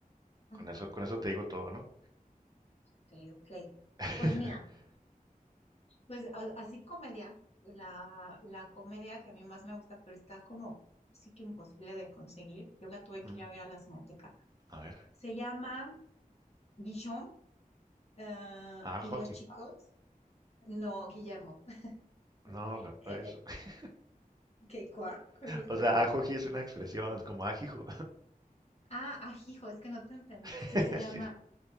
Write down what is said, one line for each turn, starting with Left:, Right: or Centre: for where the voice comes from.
Left: Ajá,
Right: con eso, con eso te digo todo, ¿no?
Left: ok, ok.
Right: <laughs>
Left: Pues mira, pues a- así comedia, la, la comedia que a mí más me gusta, pero está como sí que imposible de conseguir. Yo la tuve
Right: Mm,
Left: que ir a ver a la Cineteca.
Right: a ver,
Left: Se llama Guillón eh,
Right: ah,
Left: y
Right: Joji,
Left: los chicos. No, Guillermo. <laughs>
Right: no,
Left: Eh,
Right: pues.
Left: eh,
Right: <laughs>
Left: ¿Qué cuá? <laughs>
Right: O
Left: Perdón.
Right: sea, ajoji es una expresión, es como ajijo.
Left: Ah, ah, hijo, es que no te entendí.
Right: <laughs>
Left: Sí, se llama
Right: Sí.